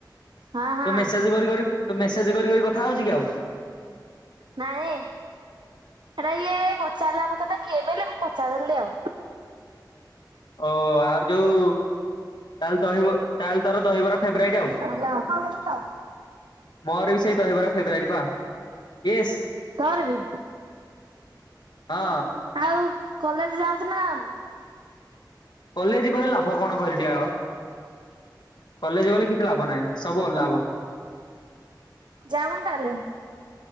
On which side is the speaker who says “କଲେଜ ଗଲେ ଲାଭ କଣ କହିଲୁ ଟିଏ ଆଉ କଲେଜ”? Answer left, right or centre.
Left